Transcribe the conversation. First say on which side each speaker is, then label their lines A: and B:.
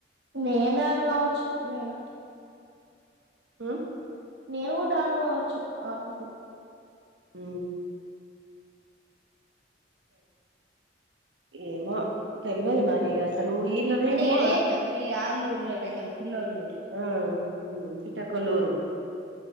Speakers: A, on the right; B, on the right.
A: నేను రాను గావచ్చు నేనంటే
B: అ
A: నేను గూడా రానుకోవచ్చు ఆఫీస్ ఒకక్క
B: ఊ ఏమో తెలివదు మరి అలు ఇల్దే
A: అంటే
B: మ
A: ఏడ చేత్తరు పెళ్లి ఆర్లూర్లోనే కదా పిల్లోల్లూర్ల
B: ఆ చిట్టకలూరు